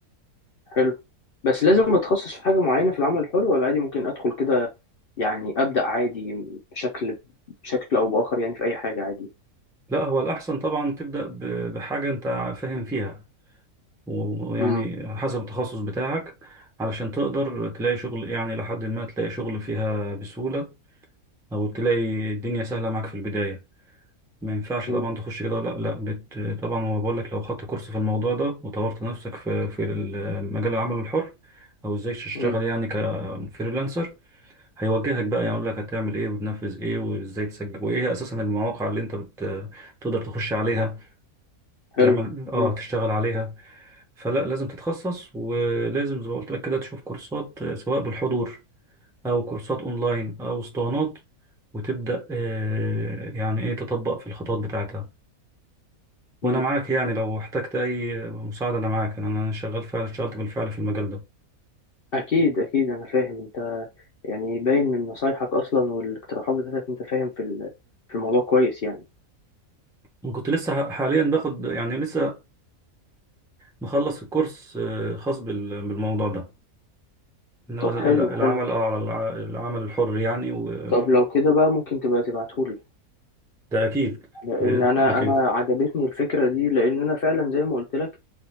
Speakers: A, on the left (about 55°); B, in the centre.
A: حلو بس لازم اتخصص في حاجه معينه في العمل الحر ولا عادي ممكن ادخل كده يعني ابدا عادي بشكل بشكل او باخر يعني في اي حاجه عادي
B: لا هو الاحسن طبعا تبدا ب- بحاجه انت فاهم فيها ويعني
A: مم.
B: حسب التخصص بتاعك علشان تقدر تلاقي شغل يعني لحد ما تلاقي شغل فيها بسهوله او تلاقي الدنيا سهله معاك في البدايه ما ينفعش
A: مم.
B: طبعا تخش كده لا لا بت... طبعا هو بقول لك لو خدت كورس في الموضوع ده وطورت نفسك في في ال- مجال العمل الحر او ازاي تشتغل
A: مم.
B: يعني كفريلانسر هيوجهك بقى يعني يقول لك هتعمل ايه وتنفذ ايه وازاي تسجل وايه هي اساسا المواقع اللي انت بت... تقدر تخش عليها
A: حلو
B: تعمل اه
A: مم.
B: تشتغل عليها فلا لازم تتخصص ولازم زي ما قلت لك كده تشوف كورسات آه، سواء بالحضور او كورسات اونلاين او اسطوانات وتبدأ آه، يعني ايه تطبق في الخطوات بتاعتها وانا
A: مم.
B: معاك يعني لو احتجت اي مساعده انا معاك انا أنا شغال فعلا اشتغلت بالفعل في المجال ده
A: اكيد اكيد انا فاهم انت يعني باين من نصايحك أصلا والاقتراحات بتاعتك أنت فاهم في ال- في الموضوع كويس يعني
B: وكنت لسه ح- حاليا باخد يعني لسه مخلص الكورس آه، خاص بال- بالموضوع ده إن هو
A: طب
B: ال-
A: حلو
B: ال- العمل
A: حلو
B: اه على الع- العمل الحر يعني وده
A: طب لو كده بقى ممكن تبقى تبعتهولي
B: اكيد
A: لأن
B: ب-
A: أنا
B: اكيد
A: أنا عجبتني الفكرة دي لأن أنا فعلا زي ما قلت لك